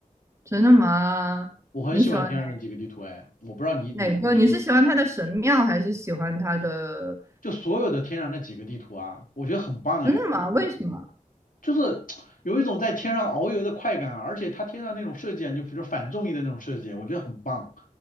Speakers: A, on the right (about 20°); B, on the left (about 75°).
A: 真的吗？
B: 我很喜欢天上的几个地图，
A: 你喜欢哪
B: 哎，我不知道你你你什么，
A: 哪个？你是喜欢他的神庙还是喜欢他的？
B: 就所有的天上那几个地图啊，我觉得很棒，
A: 真的吗？
B: 哎。
A: 为什么？
B: 就是有一种在天上遨游的快感啊，而且它天上那种设计啊，就比如反重力的那种设计，我觉得很棒。